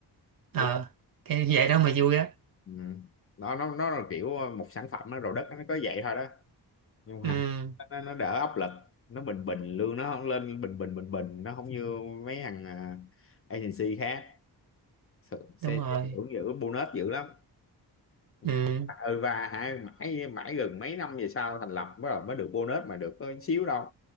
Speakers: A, on the left (about 35°); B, on the right (about 55°).
A: lúc
B: ờ cái vậy đó mà vui á
A: ừ. nó nó nó là kiểu một sản phẩm nó rồi đất nó có vậy thôi đó nhưng mà
B: ừ
A: nó, nó đỡ áp lực nó bình bình lương nó không lên bình bình bình bình nó không như mấy thằng à, agency khác Sợ- xe
B: đúng rồi
A: xe hưởng dữ bonus dữ lắm ừ,
B: ừ
A: và hả mãi mãi gần mấy năm về sau thành lập mới mới được bonus mà được có xíu đâu